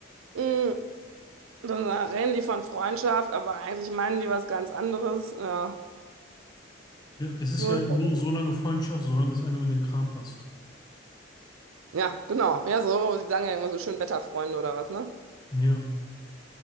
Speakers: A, on the right (about 85°); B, on the left (about 20°).
A: Mm, dann äh, reden die von Freundschaft, aber eigentlich meinen die was ganz anderes. Ja,
B: Ja, es
A: so
B: ist ja
A: ist
B: nur
A: das immer.
B: so lange Freundschaft, solange es einem in den Kram passt.
A: Ja, genau. Ja, so, die sagen ja immer so schön Wetterfreunde oder was, ne?
B: Ja.